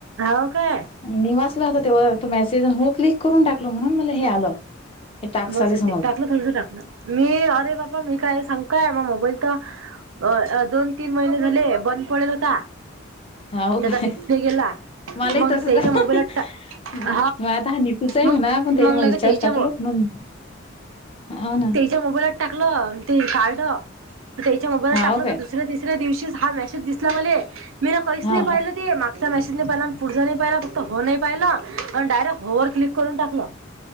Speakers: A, on the right; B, on the left.
A: हो काय
B: मी वाचलं होतं तेव्हा तो मेसेज हो क्लिक करून टाकल, म्हणून मला हे आलं, हे टाकस
A: बस
B: आले
A: होते
B: समजल.
A: टाकलं थोडस टाकलं, मी अरे बापा मी काय सांगतय काय मोबाईल त अ, दोन, तीन महिने झाले बंद पडेल होता,
B: हाव
A: त्याचा
B: काय
A: डिस्प्ले गेला.
B: मलाही
A: मग
B: तसच
A: त्याच्या
B: हाय
A: मोबाईलात टा
B: मग आता हा निकूच आहे
A: मग
B: म्हणा, पण
A: मग
B: त्याने
A: लगे
B: म रीचाज
A: त्याच्या
B: टाकलं
A: मग
B: म्हणून हाव ना.
A: च्या मोबाईलात टाकलं ते कारड, त्याच्या मोबाईलात
B: हाव
A: टाकलं
B: काय
A: द दुसऱ्या तिसऱ्या दिवशीच हा मेसेज दिसला मले, मी कहीच
B: हा
A: नाही पाहिल मागचा मेसे हि पुढ नाही पाहिला फक्त हो नाही पाहिला, आणि डायरेक्ट हो वर क्लिक करून टाकलं.